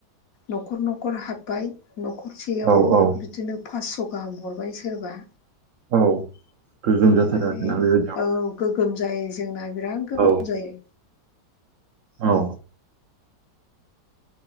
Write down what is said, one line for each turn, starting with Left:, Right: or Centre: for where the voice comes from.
Left: न'खर न'खर हाब्बाय न'खरसेयाव
Right: औ औ
Left: बिदिनो फास्स' गाहाम हरबाय सोरबा
Right: औ गोजोम जाथारो
Left: ओमफ्राय
Right: आरो ना बेबायदि
Left: औ गोगोम जायो जोंना बिराद गोगोम
Right: औ
Left: जायो
Right: औ